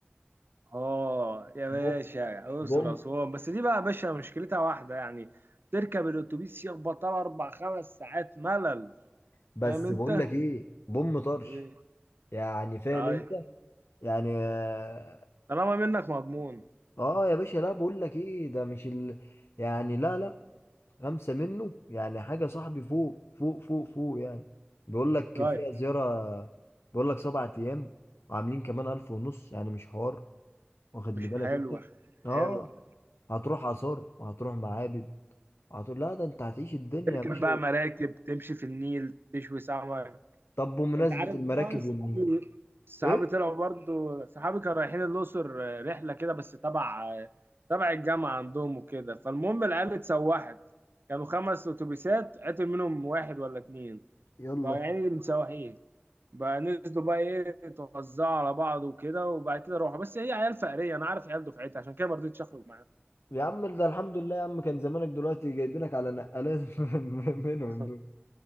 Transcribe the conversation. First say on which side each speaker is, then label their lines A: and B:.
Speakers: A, on the right; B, on the left.
A: اه يا باشا
B: بوم
A: اقصر
B: بوم
A: اسوان بس دي بقى يا باشا مشكلتها واحده يعني تركب الاتوبيس يخبط على اربع خمس ساعات ملل
B: بس
A: فاهم انت؟
B: بقول لك ايه بوم طرش
A: ايه
B: يعني فاهم
A: طيب
B: انت يعني اه
A: طالما منك مضمون
B: آه يا باشا لا بقول لك ايه ده مش ال... يعني لا لا خمسه منه يعني حاجه صاحبي فوق فوق فوق فوق يعني بيقول لك
A: طيب
B: فيها زياره بيقول لك سبعة ايام وعاملين كمان الف ونص يعني مش حوار واخد
A: مش
B: لي بالك
A: حلوة
B: انت اه
A: حلوة
B: هتروح آثار وهتروح معابد هتقول لا ده انت هتعيش الدنيا
A: تركب
B: يا باشا
A: بقى مراكب تمشي في النيل تشوي سمك
B: طب بمناسبة
A: انت عارف
B: المراكب
A: بقى صحابي
B: والنيل
A: صحابي
B: ايه
A: طلعوا برضو صحابي كانوا رايحين الأقصر آه، رحلة كده بس تبع آه، تبع الجامعة عندهم وكده فالمهم العيال اتسوحت كانوا خمس أتوبيسات عطل منهم واحد ولا اتنين
B: يلا
A: بقى يعني متسوحين بقى نزلوا بقى ايه توزعوا على بعض وكده وبعد كده روحوا بس هي عيال فقرية أنا عارف عيال دفعتي عشان كده ما رضيتش أخرج
B: يا عم ده الحمد لله يا عم كان زمانك دلوقتي جايبينك على نقلات <laughs> منهم
A: معاهم
B: دول